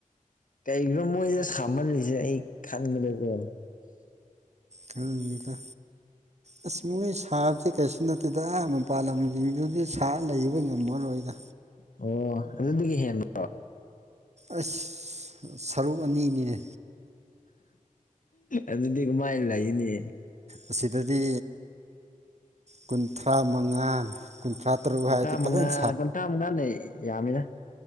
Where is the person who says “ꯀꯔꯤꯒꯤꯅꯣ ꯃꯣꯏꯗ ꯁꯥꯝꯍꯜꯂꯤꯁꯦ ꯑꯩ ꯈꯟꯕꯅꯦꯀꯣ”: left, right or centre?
Left